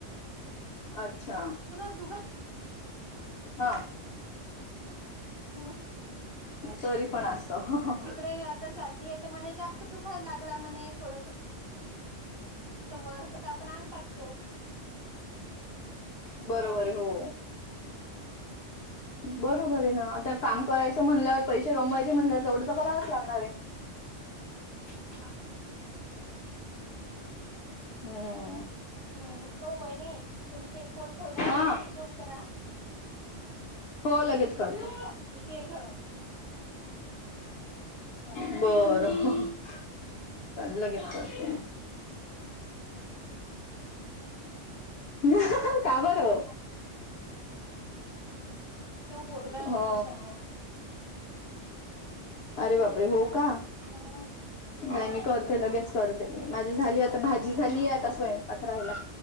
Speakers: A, on the left; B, on the right.
A: अच्छा.
B: ु <unintelligible>
A: हा.
B: हम्
A: तरी पण असं
B: तिकडे आता. जास्त दुखायला लागला मण्हे थोड वर कस आपण अंग खाकतो. किंवा
A: बरोबर
B: दिदी
A: आहे हो. बरोबर आहे ना आता काम करायचं म्हणल्यावर पैसे कमवायचे म्हणल्यावर तेवढं तर करावच लागणार आहे.
B: ह.
A: हम्म.
B: हम्म हो बहिणी तुम्ही हे फोन ठेवल्यावर
A: हा
B: लगेच फोन करा.
A: हो लगेच करते.
B: एकटी आहे घरात. ह.
A: बरं चाल लगेच करते. म का बर हो.
B: तो पोरगा आहे
A: हो.
B: ना समोर
A: अरे बापरे हो का
B: हम्म
A: नाही मी करते लगेच करते मी माझी झाली आता
B: दादा
A: भाजी झालीय आता स्वयंपाक राहायला.